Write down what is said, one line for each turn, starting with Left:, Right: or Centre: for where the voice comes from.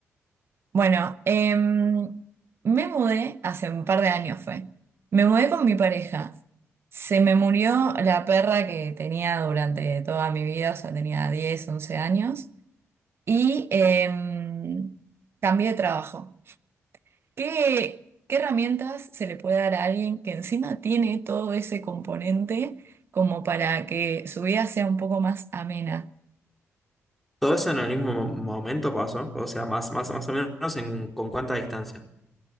Right: Bueno, em, me mudé hace un par de años fue. Me mudé con mi pareja. Se me murió la perra que tenía durante toda mi vida, o sea, tenía 10 11 años. Y em, cambié de trabajo. ¿Qué, qué herramientas se le puede dar a alguien que encima tiene todo ese componente como para que su vida sea un poco más amena?
Centre: Todo eso en el mismo mo- momento pasó. O sea, más, más, más o menos en, con cuánta distancia.